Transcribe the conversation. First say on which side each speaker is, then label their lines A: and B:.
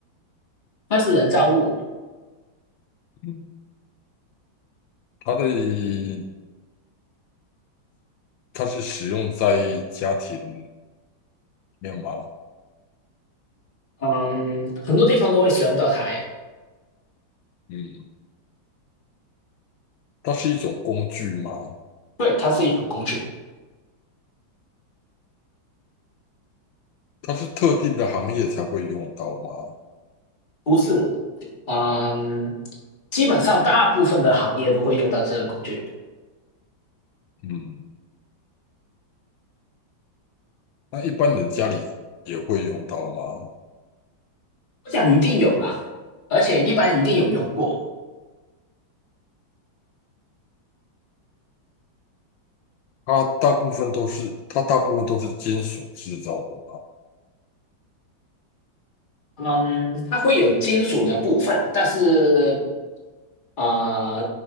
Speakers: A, on the left; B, on the left.
A: 它是人造物，
B: 嗯，它的它是使用在家庭里面吗？
A: 嗯，很多地方都会使用到它，诶，
B: 嗯，它是一种工具吗？
A: 对，它是一种工具，
B: 它是特定的行业才会用到吗？
A: 不是，嗯，基本上大部分的行业都会用到这个工具。
B: 嗯，那一般人家里也会用到吗？
A: 我想一定有啦，而且一般一定有用过。
B: 它大部分都是它大部分都是金属制造的吗？
A: 嗯，它会有金属的部分，但是啊，